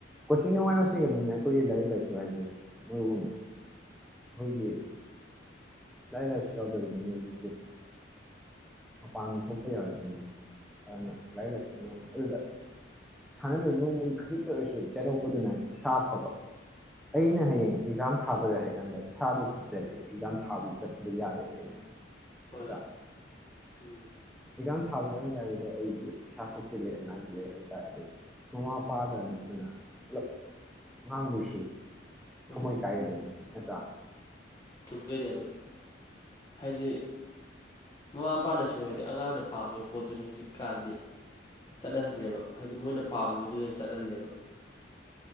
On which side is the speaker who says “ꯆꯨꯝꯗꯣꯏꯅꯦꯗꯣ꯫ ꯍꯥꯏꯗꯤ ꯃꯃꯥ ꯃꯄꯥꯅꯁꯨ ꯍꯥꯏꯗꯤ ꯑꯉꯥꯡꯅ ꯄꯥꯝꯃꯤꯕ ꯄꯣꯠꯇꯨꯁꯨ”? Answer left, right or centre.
Left